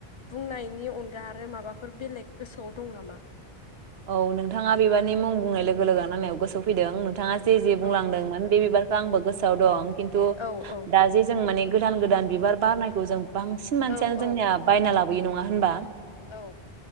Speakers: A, on the left; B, on the right.
A: बुंनायनि अनगा आरो माबाफोर बेलेग गोसोआव दं नामा?
B: औ नोंथाङा बिबारनि मुं बुंनाय लोगो लोगो आंनियाव गोसो फैदों नोंथाङा जे जे बुंलांदोंमोन
A: औ
B: बे बिबार आंबो गोसोआव दं। किन्तु
A: औ औ
B: दा जे जों माने गोदान गोदान बिबार बारनायखौ जों बांसिन मानसियानो
A: औ औ
B: जोंनिया बायना लाब बै नङा होनबा
A: औ